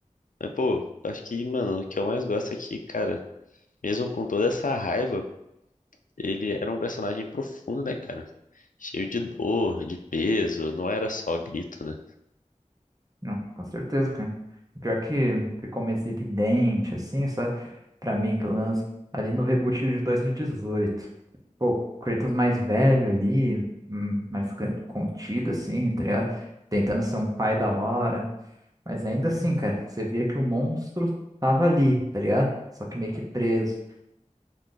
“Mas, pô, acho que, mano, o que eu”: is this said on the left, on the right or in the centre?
Left